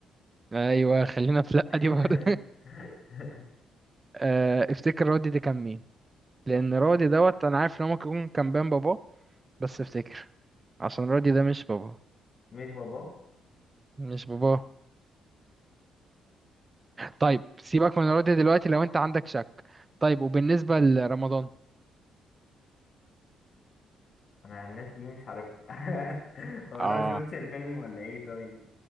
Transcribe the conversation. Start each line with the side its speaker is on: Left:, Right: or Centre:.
Right: ايوه خلينا في لا
Left: <laughs>
Right: دي برضه <laughs> آه، افتكر راضي دي كان مين لان رودي دوت انا عارف ان هو ممكن يكون كان بين باباه بس افتكر عشان رودي ده مش باباه
Left: مش باباه
Right: مش باباه طيب سيبك من رودي
Left: لا
Right: دلوقتي لو انت عندك شك طيب وبالنسبة لرمضان
Left: انا الناس دي مش عارفها <laughs> هو
Right: اه
Left: انا ما شفتش الفيلم ولا ايه طيب